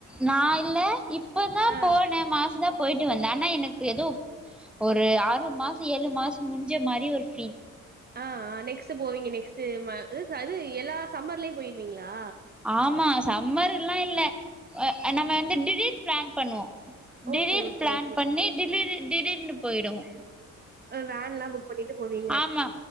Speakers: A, in the centre; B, on the right.
A: நா இலல இப்பதா
B: ஆ
A: போனே மாசந்தா போயிட்டு வந்தே ஆனா எனக்கு ஏதோ ஒரு ஆறு மாச ஏழு மாச முடிஞ்ச மாதிரி ஒரு ஃபீல்
B: ஆ ஆ நெக்ஸ்ட்டு போவீங்க நெக்ஸ்ட்டு ம அது எல்லா சம்மர்லயு போயிருவீங்களா
A: ஆமா சம்மர் எல்லா இல்ல அ நம்ம வந்து திடீர் பிளான் பண்ணுவோ திடீர்
B: ஓகே ஓகே
A: பிளான்
B: ஓகே
A: பண்ணி திடீர் திடீர்னு போயிடுவோ
B: அ வேன்லா புக் பண்ணிட்டு போவீங்க
A: ஆமா